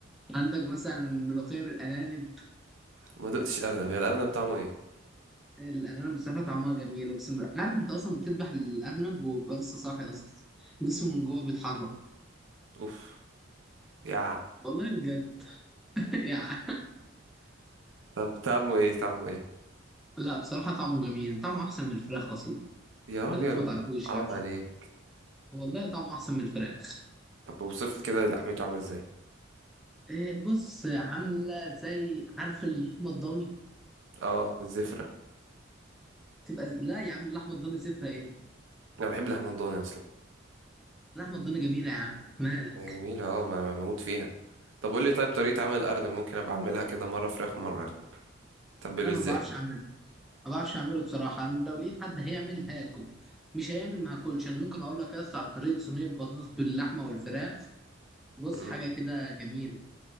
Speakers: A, in the centre; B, on the right.
A: عندك مثلا ملوخية بالأرانب
B: ما دقتش ارنب هي الارنب طعمه ايه
A: الأرانب بصراحة طعمها جميل أقسم بالله عارف أنت أصلا بتذبح الأرنب وبيبقى لسه صاحي أصلا جسمه من جوه بيتحرك
B: اوف يا
A: والله بجد <laughs> يعني
B: طب طعمه ايه طعمه ايه
A: لا بصراحة طعمه جميل طعمه أحسن من الفراخ أصلا
B: يا راجل
A: اللي أنت ما تعرفوش
B: حرام
A: يعني
B: عليك
A: والله طعمه أحسن من الفراخ
B: طب اوصف لي كده لحمته عامله ازاي
A: إيه، بص عاملة زي عارف اللحمة الضاني
B: اه الزفره
A: تبقى لا يا عم اللحمة الضاني زفرة إيه
B: انا بحب اللحمه الضاني اصلا
A: لحمة الضاني جميلة يا عم مالك
B: هي جميلة اه ما انا بموت فيها طب قول لي طيب طريقة عمل الأرنب ممكن أبقى أعملها كده مرة فراخ ومرة أرنب تبله
A: لا انا
B: إزاي؟
A: ما بعرفش اعمله ما بعرفش اعمله بصراحة انا لو لقيت حد هيعمل هاكل مش هيعمل ما هاكلش انا ممكن اقول لك يا اسطى على طريقة صينية بطاطس باللحمة والفراخ بص
B: مم.
A: حاجة كده جميلة